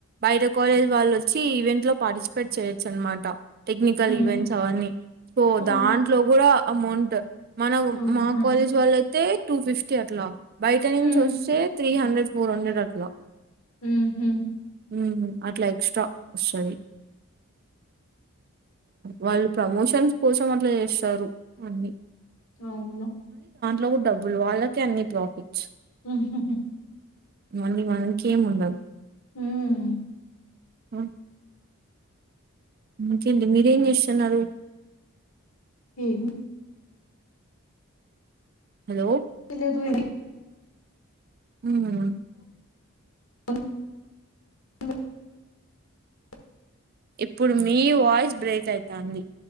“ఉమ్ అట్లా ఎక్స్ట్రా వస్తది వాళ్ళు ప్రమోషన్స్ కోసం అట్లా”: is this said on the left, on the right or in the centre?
Right